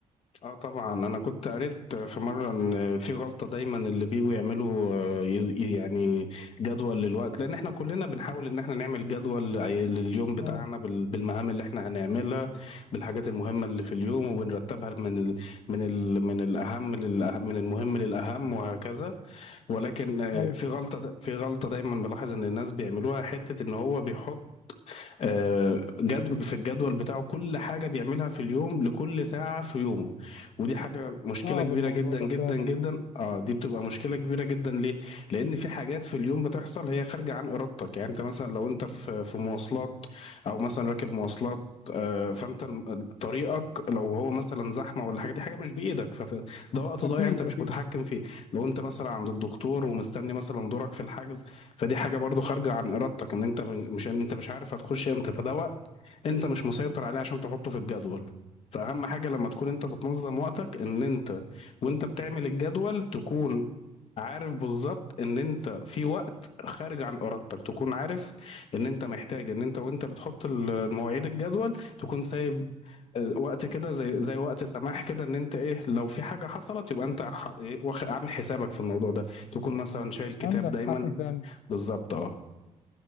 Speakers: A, on the left; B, on the left.
A: اه طبعا انا كنت قريت في مره ان في غلطه دايما اللي بيجوا يعملوا آه، يز- يعني جدول للوقت لان احنا كلنا بنحاول ان احنا نعمل جدول لليوم بتاعنا
B: اه
A: بال- بالمهام اللي احنا هنعملها بالحاجات المهمه اللي في اليوم وبنرتبها من ال من ال من الاهم للأه- من المهم للاهم وهكذا ولكن آه،
B: أيوة
A: في غلطه في غلطه دايما بلاحظ ان الناس بيعملوها حته ان هو بيحط آه، جد في الجدول بتاعه كل حاجة بيعملها في اليوم لكل ساعة في يومه ودي حاجة مشكلة
B: صعب
A: كبيرة
B: الموضوع
A: جدا
B: ده
A: جدا
B: فعلا
A: جدا اه دي بتبقى مشكلة كبيرة جدا ليه؟ لأن في حاجات في اليوم بتحصل هي خارجة عن إرادتك يعني أنت مثلا لو أنت في في مواصلات أو مثلا راكب مواصلات آه، فانت الم- طريقك لو هو مثلا زحمه ولا حاجه دي حاجه مش بايدك فده وقت
B: أكيد
A: ضايع انت مش
B: أكيد
A: متحكم فيه لو انت مثلا عند الدكتور ومستني مثلا دورك في الحجز فدي حاجه برضو خارجه عن ارادتك ان انت من- مش ان انت مش عارف هتخش امتى فده وقت انت مش مسيطر عليه عشان تحطه في الجدول فاهم حاجه لما تكون انت بتنظم وقتك ان انت وانت بتعمل الجدول تكون عارف بالظبط ان انت في وقت خارج عن ارادتك تكون عارف ان انت محتاج ان انت وانت بتحط المواعيد الجدول تكون سايب آه، وقت كده زي زي وقت سماح كده ان انت ايه لو في حاجه حصلت يبقى انت ح- إيه، واخد- عامل حسابك في الموضوع ده تكون مثلا شايل كتاب
B: عندك
A: دايما
B: حق فعلا
A: بالظبط اه